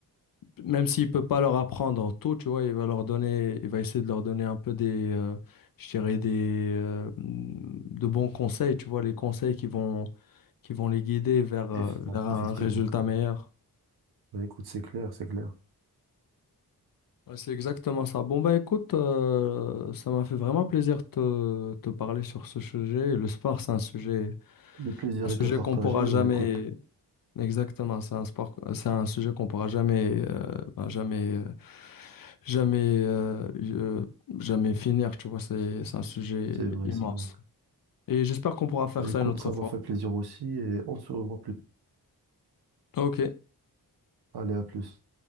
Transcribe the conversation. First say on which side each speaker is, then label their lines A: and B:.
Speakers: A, on the left; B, on the right.
A: même s'il peut pas leur apprendre tout, tu vois, il va leur donner, il va essayer de leur donner un peu des, euh, je dirais des, euh, de bons conseils, tu vois, les conseils qui vont, qui vont les guider vers, euh,
B: Effectivement,
A: vers un
B: effectivement.
A: résultat meilleur.
B: Bah, écoute, c'est clair, c'est clair.
A: Ouais, c'est exactement ça. Bon, bah écoute, euh, ça m'a fait vraiment plaisir de te, te parler sur ce sujet. Le sport, c'est un sujet,
B: Le plaisir
A: un sujet
B: était partagé,
A: qu'on pourra jamais,
B: bah, écoute,
A: exactement, c'est un sport, c'est un sujet qu'on pourra jamais, euh, ben, jamais, euh, jamais, euh, euh, jamais finir, tu vois, c'est, c'est un sujet
B: c'est vrai,
A: immense.
B: c'est vrai.
A: Et j'espère qu'on pourra faire
B: Bah,
A: ça
B: écoute,
A: une autre
B: ça m'a
A: fois.
B: fait plaisir aussi et on se revoit plus tard.
A: Ok.
B: Allez, à plus.